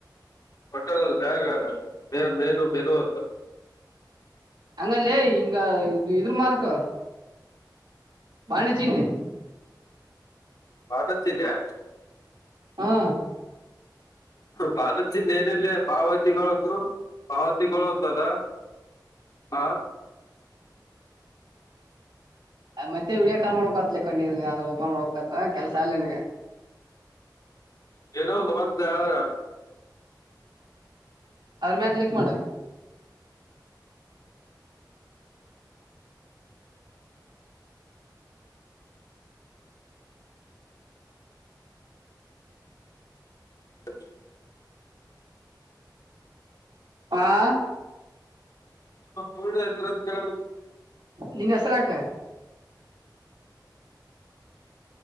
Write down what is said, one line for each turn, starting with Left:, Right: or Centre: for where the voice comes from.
Left: ಹೊಟ್ಟಲ್ಲ್ಲಿ ಬೇಗ ಮೇ ಮೇನು ಮೇನು ಅಂತ
Right: ಅಂಗಲ್ಲೇ ಇಂಗ ಇ ಎ್ರ ಮಾರ್ಕ ಬಾಣಿಜೀಿನ
Left: ಹದಿದ್ದ್ಯಾ
Right: ಹಾ
Left: ಬಾನಚಿನ್ೇನಿಲ್ಲ ಪಾವತಿಿಗಳನ್ನು ಆ ತಗೊಳ್ಳುವಂತದ ಹ
Right: ಮತ್ತೆ ಹಳಿಯ ಕಾಲ್ ಮಾಡ್ಕತ್ಕ್ಕೊಂಡನ್ಗ ಅಂದ್ರೆ ಓಪನ್ ಮಾಡ್ತ್ ಕೆಲ್ಸ ಅಲ್ ನನ್ಗ
Left: ಏನೋ ಒಂದು ಮತ್ತ ಆದ್ರ
Right: ಅದ್ರ ಮ್ಯ ಕ್ಲಿಕ್ ಮಾಡ
Left: <unintelligible>
Right: ಆಾ
Left: ಮ್ಮ ಕೋಡ್ರಂತ ಕೇಳ
Right: ನಿಿನಸರಕ